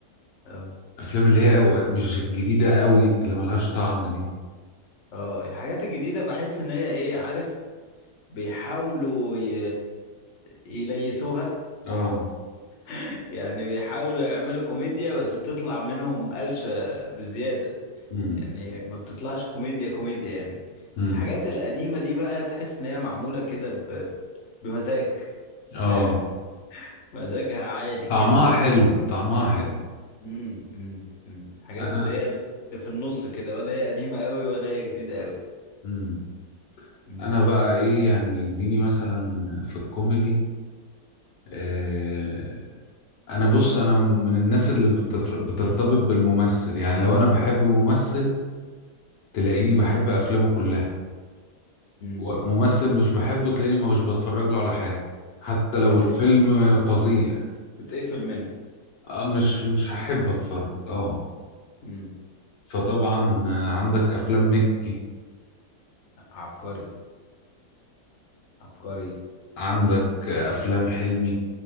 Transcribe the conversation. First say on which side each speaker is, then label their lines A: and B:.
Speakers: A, on the left; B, on the left.
A: اه
B: الافلام اللي هي و- مش الجديدة قوي اللي ملهاش طعم دي
A: اه الحاجات الجديدة بحس ان هي ايه عارف بيحاولوا ي... يليسوها
B: اه
A: <laughs> يعني بيحاولوا يعملوا كوميديا بس بتطلع منهم قلشة بزيادة
B: امم
A: يعني ما بتطلعش كوميديا كوميديا يعني
B: امم
A: الحاجات القديمة دي بقى تحس ان هي معمولة كده ب... بمزاج
B: اه
A: فاهم <laughs> مزاجها عالي
B: طعمها
A: كده
B: حلو طعمها حلو
A: امم امم أمم. الحاجات
B: انا
A: اللي هي اللي في النص كده ولا هي قديمة قوي ولا هي جديدة قوي
B: امم
A: امم
B: انا بقى ايه يعني اديني مثلا في الكوميدي آه انا بص انا من الناس اللي بتتر- بترتبط بالممثل يعني لو انا بحب ممثل تلاقيني بحب افلامه كلها
A: امم
B: ممثل مش بحبه تلاقيني مش بتفرج له على حاجة حتى
A: بتت...
B: لو الفيلم فظيع
A: بتتقفل منه
B: آه مش مش هحب اتفرج اه
A: امم
B: فطبعا آه، عندك افلام مكي
A: عبقري عبقري
B: عندك آه، افلام حلمي